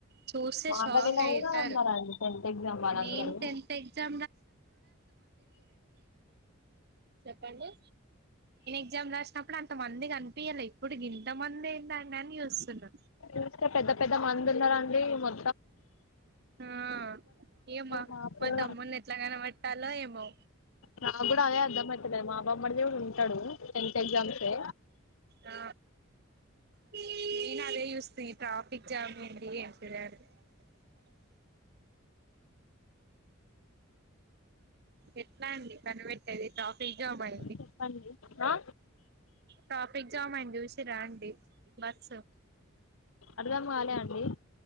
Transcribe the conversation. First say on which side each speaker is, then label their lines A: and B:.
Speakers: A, on the right; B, on the left.
A: చూస్తే
B: మా
A: షాక్
B: కాలనీలో
A: అయితారు
B: కూడా ఉన్నారండి టెన్త్ ఎగ్జామ్ వాళ్ళందరూ
A: నేన్ టెంత్ ఎగ్జా చెప్పండి గ్జామ్ రాసినప్పుడు అంత మంది కనిపియ్యలే ఇప్పుడుకి ఇంతమంది ఏందండి అని చూస్తున్నా
B: చూస్తే పెద్ద పెద్ద మందున్నారు అండి మొ
A: ఆ ఏమా
B: మాపులు
A: మా తమ్ముని ఎట్లాగనబట్టాలో ఏమో
B: నాక్కూడా అదే అర్థంమయిత లేదు మా బామ్మర్ది కూడా ఉంటాడు టెన్త్ ఎగ్జామ్సే
A: ఆ నేను అదే యూస్తి ట్రాఫిక్ జామ్ అయ్యింది <unintelligible> ఎట్లా అండి కనవెట్టేది ట్రాఫిక్ జామై
B: చెప్పండి ఆ
A: ట్రాఫిక్ జామ్ అయ్యింది యూసిరా అండి బస్సు
B: అర్థం కాల అండి